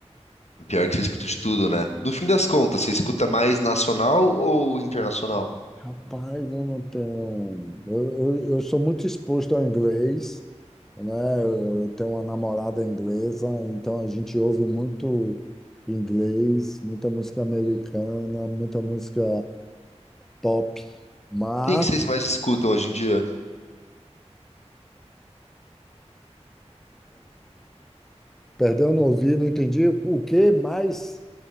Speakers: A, on the left; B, in the centre.
A: pior que você escuta de tudo, né? No fim das contas, você escuta mais nacional ou internacional?
B: Rapaz, eu não tenho. Eu, eu, eu sou muito exposto ao inglês, né? Eu eu tenho uma namorada inglesa, então a gente ouve muito inglês, muita música americana, muita música pop. Mas,
A: Quem que vocês mais escutam hoje em dia?
B: perdão, não ouvi, não entendi o que mais.